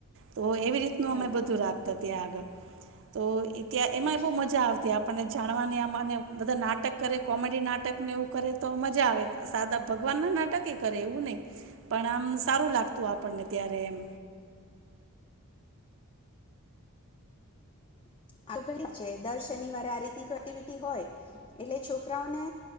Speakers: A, on the right (about 60°); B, on the left (about 25°).
A: તો એવી રીતનું
B: બરાબર
A: અમે બધું રાખતા ત્યાં આગળ. તો ઈ ત્યાં એમાં
B: અચ્છા
A: બહુ મજા આવતી આપણને જા ભણવાની આમ અને બધા નાટક કરે કોમેડી નાટક ને એવું કરે તો મજા આવે સાદા ભગવાન ના નાટકે એ કરે એવું નહી પણ આમ સારું લાગતું આપણને ત્યારે એમ
B: <unintelligible> છે દર શનિવારે આ રીતની ગતિવિધિ હોય એટલે છોકરાઓને